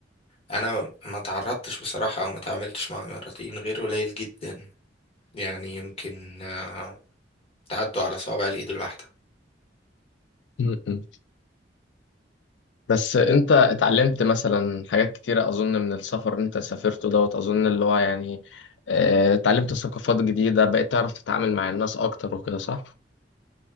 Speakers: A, on the left; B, on the left.
A: انا ما تعرضتش بصراحة او ما تعاملتش مع اماراتيين غير قليل جدا يعني يمكن آه، تعدوا على صوابع الايد الواحدة
B: <laughs> بس انت اتعلمت مثلا حاجات كتيرة اظن من السفر اللي انت سافرته دوت اظن اللي هو يعني اه، اتعلمت ثقافات جديدة بقيت تعرف تتعامل مع الناس اكتر وكده صح